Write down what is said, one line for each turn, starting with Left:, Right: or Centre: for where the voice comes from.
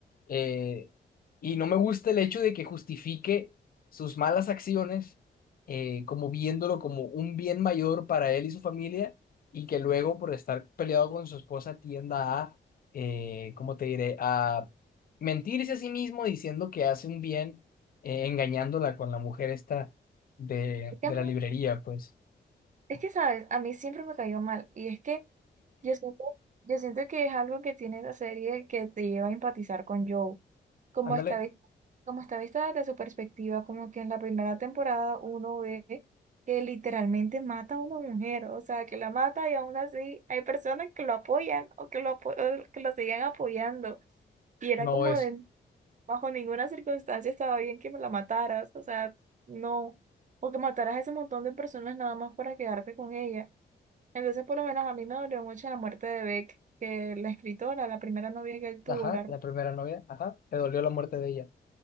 Left: Eh, y no me gusta el hecho de que justifique sus malas acciones eh, como viéndolo como un bien mayor para él y su familia y que luego por estar peleado con su esposa tienda a, eh, ¿cómo te diré?, a mentirse a sí mismo diciendo que hace un bien, eh, engañándola con la mujer esta de,
Right: Es que
Left: de
Right: a mí
Left: la librería, pues,
Right: Es que, ¿sabes? A mí siempre me cayó mal. Y es que yo siento, yo siento que es algo que tiene esa serie que te lleva a empatizar con Joe. Como
Left: ándale,
Right: está, vis- como está vista desde su perspectiva, como que en la primera temporada uno ve que literalmente mata a una mujer. O sea, que la mata y aún así hay personas que lo apoyan o que lo, apo- o que lo sigan apoyando. Y era
Left: no
Right: como
Left: es,
Right: de, bajo ninguna circunstancia estaba bien que me la mataras, o sea, no, o que mataras a ese montón de personas nada más para quedarte con ella. Entonces, por lo menos a mí me dolió mucho la muerte de Beck, que la escritora, la primera novia que él tuvo,
Left: ajá,
Right: la-
Left: la primera novia, ajá, te dolió la muerte de ella.